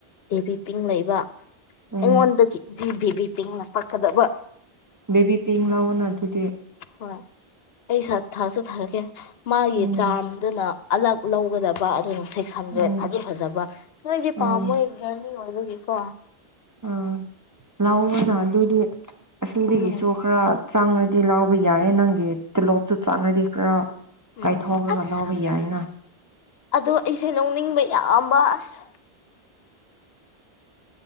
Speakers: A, on the left; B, on the right.
A: ꯕꯦꯕꯤꯄꯤꯡ ꯂꯩꯕ
B: ꯎꯝ
A: ꯑꯩꯉꯣꯟꯗꯒꯤꯗꯤ ꯕꯦꯕꯤꯄꯤꯡꯅ ꯄꯛꯀꯗꯕ
B: ꯕꯦꯕꯤꯄꯤꯡ ꯂꯧꯑꯣꯅ ꯑꯗꯨꯗꯤ
A: ꯍꯣꯏ ꯑꯩꯁꯛ ꯊꯥꯁꯨ ꯊꯥꯔꯛꯀꯦ ꯃꯥꯒꯤ
B: ꯎꯝ
A: ꯆꯥꯔꯝꯗꯨꯅ ꯑꯜꯂꯛ ꯂꯧꯒꯗꯕ ꯑꯗꯨꯒ ꯁꯤꯛꯁ ꯍꯟꯗ꯭ꯔꯦꯠ
B: ꯎꯝ
A: ꯐꯗꯤ ꯐꯖꯕ ꯅꯣꯏꯗꯤ ꯄꯥꯝꯃꯣꯏ
B: ꯑꯥ
A: ꯒꯥꯔꯂꯤ ꯑꯣꯏꯕꯒꯤꯀꯣ
B: ꯎꯝ ꯂꯧꯑꯣꯅ ꯑꯗꯨꯗꯤ ꯑꯁꯤꯗꯒꯤꯁꯨ
A: ꯎꯝ
B: ꯈꯔ ꯆꯥꯡꯉꯗꯤ ꯂꯥꯎꯕ ꯌꯥꯏꯌꯦ ꯅꯪꯒꯤ ꯇꯂꯣꯞꯇꯣ ꯆꯥꯡꯉꯗꯤ ꯈꯔ
A: ꯎꯝ
B: ꯀꯥꯏꯊꯣꯛꯂꯒ
A: ꯑꯁ
B: ꯂꯧꯕ ꯌꯥꯏꯅ
A: ꯑꯗꯣ ꯑꯩꯁꯦ ꯂꯧꯅꯤꯡꯕ ꯌꯥꯝꯕ ꯑꯁ